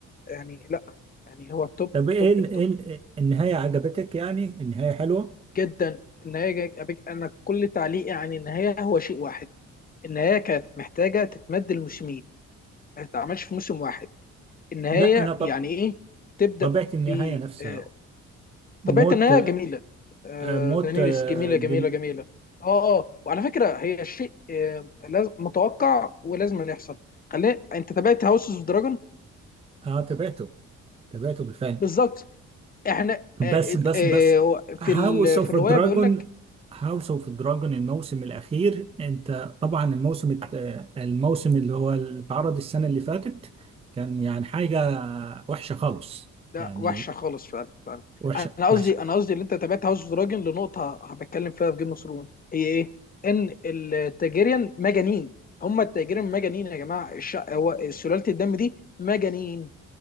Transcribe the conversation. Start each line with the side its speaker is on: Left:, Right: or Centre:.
Left: يعني لا يعني هو التوب
Right: طب
Left: التوب
Right: ايه ال...
Left: التوب
Right: ايه ال... النهاية عجبتك يعني النهاية حلوة
Left: جدا النهايه جاي- انا كل تعليقي عن النهايه هو شيء واحد النهايه كانت محتاجه تتمد الموسمين ما تتعملش في موسم واحد النهايه
Right: لا انا طب
Left: يعني ايه تبدا
Right: طبيعة النهاية
Left: ب
Right: نفسها
Left: آه،
Right: موت
Left: طبيعه النهايه جميله آه،
Right: آه، موت
Left: دانيريس
Right: آه،
Left: جميله
Right: دين...
Left: جميله جميله اه اه وعلى فكره هي شيء آه، لاز- متوقع ولازم أن يحصل خلينا انت تابعت هاوس اوف دراجون
Right: اه تابعته تابعته بالفعل
Left: بالظبط احنا
Right: بس
Left: آه، آه،
Right: بس
Left: آه،
Right: بس
Left: في
Right: هاوس
Left: ال...
Right: اوف
Left: في الروايه
Right: دراجون
Left: بيقول لك
Right: هاوس اوف دراجون الموسم الاخير انت طبعا الموسم الت- آه، الموسم اللي هو اللي اتعرض السنة اللي فاتت كان يعني حاجة وحشة خالص
Left: لا
Right: يعني
Left: وحشه خالص فعلا فعلا
Right: وحشة
Left: انا قصدي
Right: وحشة
Left: انا قصدي اللي انت تابعت هاوس اوف دراجون لنقطه هبتكلم فيها في جيم اوف ثرون هي ايه؟ ان التاجيريان مجانين هم التاجيريان مجانين يا جماعه الش... هو سلاله الدم دي مجانين